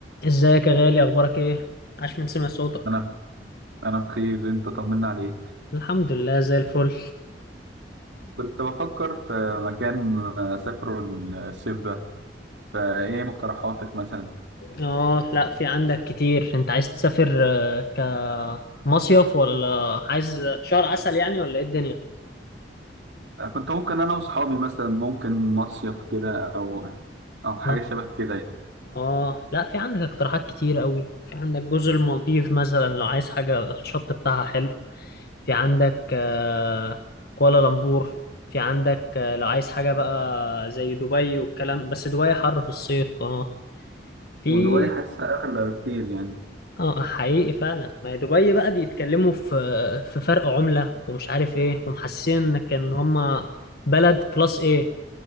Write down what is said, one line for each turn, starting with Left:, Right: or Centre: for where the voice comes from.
Left: ازيك يا غالي اخبارك ايه عاش من سمع صوتك
Right: انا انا بخير انت طمنا عليك
Left: الحمد لله زي الفل
Right: كنت بفكر في مكان اسافره الصيف ده فايه مقترحاتك مثلا
Left: اه لا في عندك كتير انت عايز تسافر آه، كمصيف ولا عايز شهر عسل يعني ولا ايه الدنيا
Right: كنت ممكن انا واصحابي مثلا ممكن مصيف كده او او حاجه
Left: اه
Right: شبه كده يعني
Left: آه، لا في عندك اقتراحات كتير قوي في عندك جزر المالديف مثلا لو عايز حاجة الشط بتاعها حلو في عندك آه، كوالالمبور في عندك آه، لو عايز حاجة بقى زي دبي والكلام بس دبي حر في الصيف اه في
Right: ودبي حاسسها اغلى بكتير يعني
Left: اه حقيقي فعلا ما هي دبي بقى بيتكلموا في في فرق عملة ومش عارف ايه ومحسين انك ان هما بلد كلاس ايه